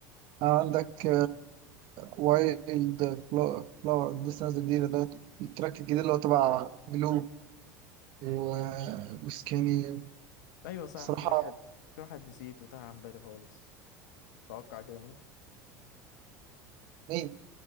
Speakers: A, on the right; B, on the left.
A: عندك وايلد فلاور لسه نازل جديد ده التراك الجديد اللي هو تبع بلو و- وسكيني
B: ايوه صح
A: صراحة
B: في واحد في واحد نسيت وتاه عن بالي خالص توقع كده مين
A: مين؟